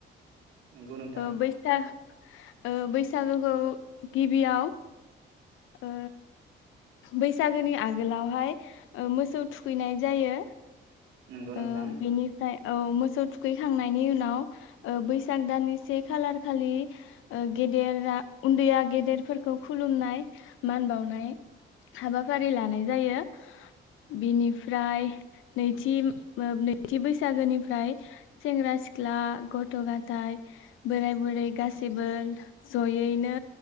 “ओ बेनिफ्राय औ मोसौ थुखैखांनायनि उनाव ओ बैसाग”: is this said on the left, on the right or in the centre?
Left